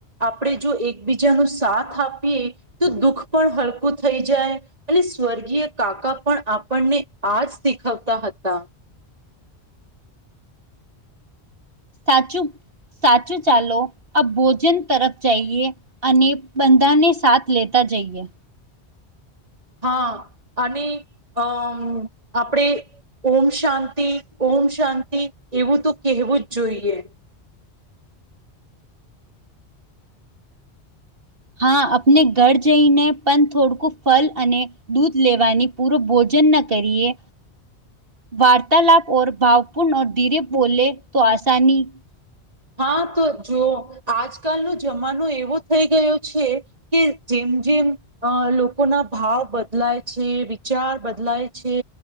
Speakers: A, on the right; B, on the right.
A: આપડે જો એકબીજા નો સાથ આપીએ તો દુઃખ પણ હલકું થઈ જાય અને સ્વર્ગીય કાકા પણ આપણને આજ શીખવતા હતા
B: સાચું સાચું ચાલો અબ ભોજન તરફ જઈએ અને બંધાને સાથ લેતા જઈએ
A: હા અને અમ આપડે ઓમ શાંતિ ઓમ શાંતિ એવું તો કહેવું જ જોઈએ
B: હા આપને ઘર જઈને પણ થોડકું ફલ અને દૂધ લેવાની પૂરો ભોજન ન કરીએ વાર્તાલાપ ઓર ભાવપૂર્ણ ધીરે બોલે તો આસાની
A: હા તો જો આજકાલનો જમાનો એવો થઈ ગયો છે કે જેમ જેમ અ લોકો ના ભાવ બદલાય છે વિચાર બદલાય છે